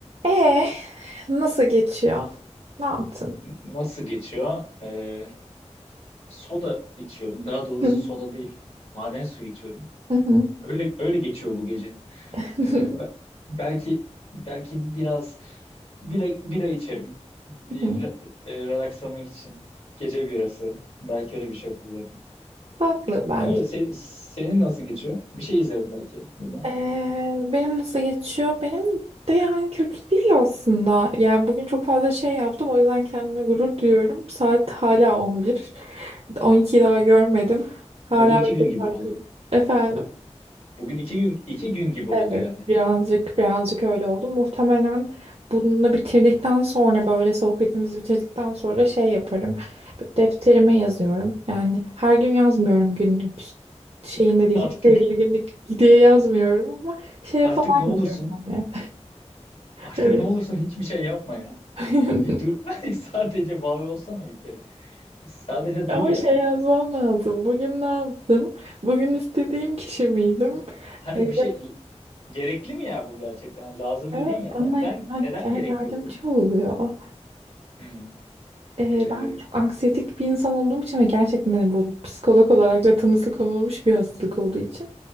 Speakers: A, on the right (about 55°); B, on the left (about 60°).
A: E nasıl geçiyor? Ne yaptın?
B: Nasıl geçiyor? Ee, soda içiyorum. Daha doğrusu
A: Hı
B: soda değil. Maden suyu içiyorum.
A: hı hı
B: Öyle öyle geçiyor bu gece.
A: <laughs>
B: Ee,
A: hı.
B: be- belki belki biraz bira, bira içerim. Bir
A: hı.
B: e, relakslamak için. Gece birası. Belki öyle bir şey yapabilirim.
A: Tatlı bence.
B: Öyle. Se- senin nasıl geçiyor? Bir şey izlerim belki. Bilmem.
A: Ee, benim nasıl geçiyor? Benim de yani kötü değil aslında. Yani bugün çok fazla şey yaptım. O yüzden kendime gurur duyuyorum. Saat hala on bir, on 12'yi daha görmedim. Hala
B: Bugün iki
A: böyle
B: gün
A: çok
B: gibi
A: farklı.
B: oldu.
A: Efendim?
B: Bugün iki gün iki gün gibi
A: Evet,
B: oldu yani.
A: birazcık birazcık öyle oldu. Muhtemelen bunu bitirdikten sonra böyle sohbetimizi bitirdikten sonra şey yaparım. Defterime yazıyorum. Yani her gün yazmıyorum günlük şeyinde değil.
B: <laughs> Artık
A: Sevgili günlük diye yazmıyorum ama şeye
B: artık
A: falan
B: ne olursun?
A: yazıyorum hani.
B: Artık
A: Evet.
B: ne olursun hiçbir şey yapma ya.
A: <laughs>
B: Bir dur. <laughs> Sadece var olsana bir kere. Sadece
A: Ama
B: dur ya.
A: şey yazmam lazım. Bugün ne yaptım? Bugün istediğim kişi miydim?
B: Hani
A: E,
B: bir şey gerekli mi ya bu gerçekten? Hani Lazım
A: Evet,
B: dedin ya.
A: bana
B: Neden neden
A: gel-
B: gerekiyor
A: yardımcı
B: bu?
A: oluyor.
B: Hmm. Ee,
A: Ee, ben çok anksiyetik bir insan olduğum için ve gerçekten hani bu psikolog olarak da tanısı konulmuş bir hastalık olduğu için